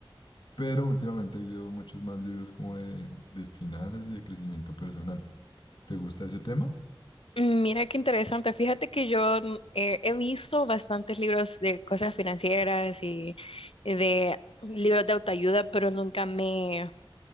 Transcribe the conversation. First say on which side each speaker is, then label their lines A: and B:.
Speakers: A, on the left; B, on the left.
A: Pero últimamente he leído muchos más libros como de, de finanzas y de crecimiento personal. ¿Te gusta ese tema?
B: Mira qué interesante. Fíjate que yo mm, eh, he visto bastantes libros de cosas financieras y y de libros de autoayuda, pero nunca me,